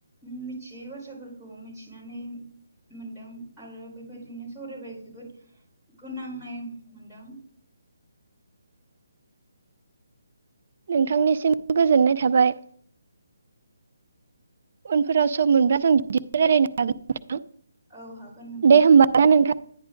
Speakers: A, in the centre; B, on the right.
A: मिथियै बाथ्राफोरखौ मिथिनानै मोनदों आरो बेबायदिनो सावरायबाय जोबोद गोनांनाय मोनदों
B: नोंथांनिसिमबो गोजोननाय थाबाय उनफोराव सम मोनब्ला जों बिदिनो रायलायनो हागोन नोंथां
A: औ हागोन नोंथां
B: दे होमबा ना नोंथां